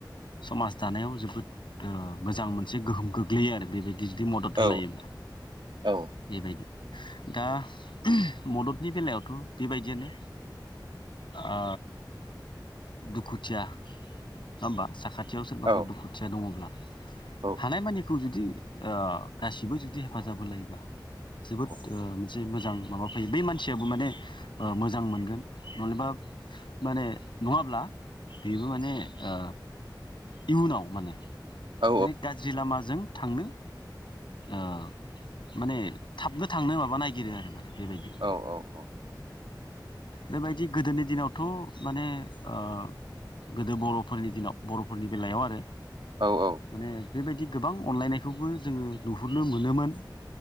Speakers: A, on the left; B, on the right.
A: समाज दानायाव जोबोद ओ मोजां मोनसे गोहोम गोग्लैयो आरो बेबायदि जुदि मदद होलायोब्ला।
B: औ औ
A: बेबायदि दा मददनि बेलायावथ' बेबायदियानो ओ दुखुथिया नङा होमबा? साखाथियाव सोरबाफोर
B: औ
A: दुखुथिया दंङब्ला
B: औ
A: हानायमानिखौ जुदि ओ गासिबो जुदि हेफाजाब होलायोबा जोबोद ओ
B: औ
A: मोनसे मोजां माबा फैयो बै मानसियाबो माने ओ मोजां मोनगोन। नलेबा माने नंङाब्ला बेबो माने ओ इयुनाव माने
B: औ
A: माने गाज्रि लामाजों थांनो ओ माने थाबनो थांनो माबा नागिरो आरो माने। बेबायदि
B: औ औ औ
A: बेबायदि गोदोनि दिनावथ' माने ओ गोदो बर'फोरनि दिनाव बर'फोरनि बेलायाव आरो
B: औ औ।
A: माने बेबायदि गोबां अनलायनायखौबो जोङो नुहुरनो मोनोमोन।